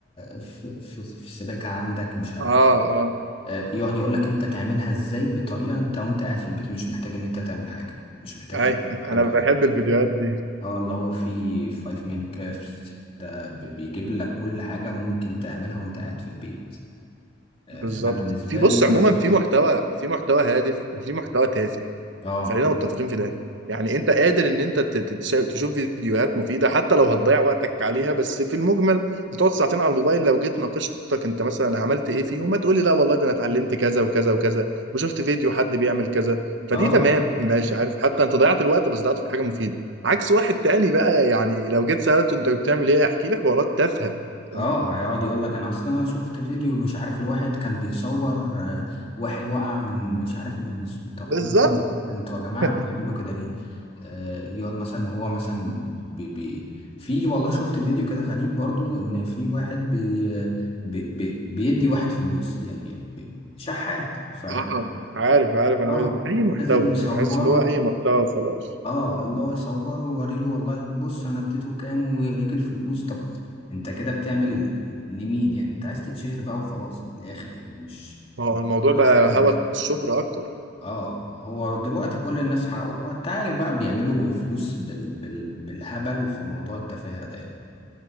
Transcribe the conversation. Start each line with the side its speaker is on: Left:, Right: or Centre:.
Left: في, في, في سباكة عندك مش عارف
Right: اه اه
Left: آه، يقعد يقولك أنت تعملها إزاي بطريقة أنت وأنت قاعد في البيت مش محتاج إن أنت تعمل حاجة مش محتاج
Right: اي
Left: تكلم
Right: انا
Left: حد ولا
Right: بحب
Left: تجيب
Right: الفيديوهات دي
Left: اه اللي هو في فايف ماين كرافت ده بي- بيجيب لك كل حاجة ممكن تعملها وأنت قاعد في البيت آه،
Right: بالظبط
Left: فأنا بالنسبة
Right: في بص
Left: لي
Right: عموما
Left: أنا
Right: في محتوى في محتوى هادف وفي محتوى تافه
Left: اه
Right: خلينا متفقين في ده يعني انت قادر ان انت ت- ت- تش- تشوف فيديوهات مفيده حتى لو هتضيع وقتك عليها بس في المجمل بتقعد ساعتين على الموبايل لو جيت ناقشتك انت مثلا عملت ايه فيه وما تقولي لا والله ده انا اتعلمت كذا وكذا وكذا وشفت فيديو حد بيعمل كذا فدي
Left: اه
Right: تمام ماشي عارف حتى انت ضيعت الوقت بس ضيعت في حاجه مفيده عكس واحد تاني بقى يعني لو جيت سالته انت بتعمل ايه احكي لي حوارات تافهه فاهم؟
Left: اه هيقعد يقول لك انا اصلا انا شفت فيديو مش عارف لواحد كان بيصور آه، واحد وقع من مش عارف من طب
Right: بالظبط
Left: انتوا انتوا يا جماعه
Right: <laughs>
Left: بتعملوا كده ليه آه يقعد مثلا هو مثلا بي بي في والله شفت فيديو كده غريب برضو ان في واحد بي بي بي بيدي واحد فلوس يعني بي- شحات ف
Right: آه، عارف عارف انا
Left: اه
Right: بقيت- اي
Left: لازم
Right: محتوى
Left: يصوروا
Right: انا بحس اللي هو اي محتوى خلاص
Left: اه اللي هو يصوره ويوريله والله بص انا اديته كام ويوريك الفلوس طب انت كده بتعمل لمين يعني انت عايز تتشهر بقى وخلاص من الاخر يعني مش
Right: ما هو
Left: مش
Right: الموضوع
Left: غرضك
Right: بقى
Left: حاجه من-
Right: هوس الشهرة أكتر
Left: اه هو دلوقتي كل الناس حق وانت عارف بقى بيعملوا فلوس بال... بال... بالهبل في موضوع التفاهه ده يعني